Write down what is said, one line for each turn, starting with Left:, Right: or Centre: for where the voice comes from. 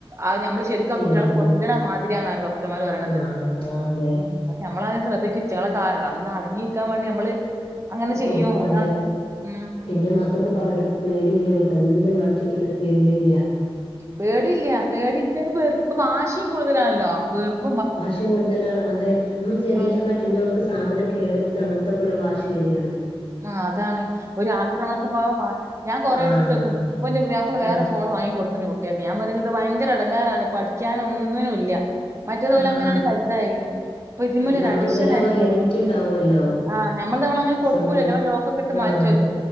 Right: അത്‌ നമ്മള് ശെരിക്കും
Left: കേടൊന്നില്ല
Right: ആ കുട്ട്യോളെ കൊല്ലണ മാതിരിയാണ് ഡോക്ടർമാര് പറയുന്നത്
Left: ആ അതെ
Right: ഉം പക്ഷെ നമ്മള് ആരിം ശ്രദ്ധി ഇറ്റളെ കാര്യല്ല ഒന്ന് അടങ്ങിരിക്കാൻ വേണ്ടി നമ്മള് അങ്ങനെ ചെയ്യും
Left: കൊടുക്വത്
Right: അതാണ് ഉം
Left: പിന്നെ മക്കെക്ക് പറഞ്ഞിട്ട്പ്പൊ പേടില്ല അവക്ക് എന്ത് കാണിച്ചുടുത്തിട്ട് ഒരു പേടിയില്ല
Right: പേടില്ല പേടിട്ട വെറുപ്പ് വാശിയും കൂടുതലാണല്ലോ വെറുപ്പ
Left: വാശിയും കൂടുതലാണ് അതെ നമ്മൾ തരില്ലാന്ന്
Right: ആ
Left: പറഞ്ഞാ- പിന്നവൾക്ക് സാധനം കേടെടുത്ത് അങ്ങനത്തെക്കെ ഒരു വാശി വരിയാണ്-
Right: ആ അതാണ് ഒരു ആക്രമണ സ്വഭാവം ഞാൻ കൊറെ
Left: ആഹ്
Right: എടുത്തേക്കും ഇപ്പൻ്റെ പുതിയാപ്ല വേറെ
Left: ആഹ്
Right: ഫോൺ വാങ്ങി കൊടുത്തിട്ടു കൊട്ടും കുട്ടിയ്ക്ക് ഞാൻ പറഞ്ഞത് ഭയങ്കര അടങ്ങാറാണ് പഠിക്കാൻ ഒന്നിനും ഇല്ല മറ്റേ തോലും
Left: ആഹ്
Right: അങ്ങനെയാണ്
Left: അതെ
Right: കരുതാനി ഇപ്പൊ ഇതിൻമേല്
Left: ഞമ്മൾതേല്
Right: അഡിഷൻ ആയി
Left: അവർ
Right: തീർന്ന്
Left: ലിമിറ്റ് ഉണ്ടാവുമല്ലോ
Right: ആഹ് നമ്മള് നമ്മളങ്ങനെ കൊടുക്കൂലല്ലോ
Left: സ്വന്തം
Right: നമ്മള് ലോക്കെട്ട്
Left: ആഹ്
Right: മാറ്റുവല്ലോ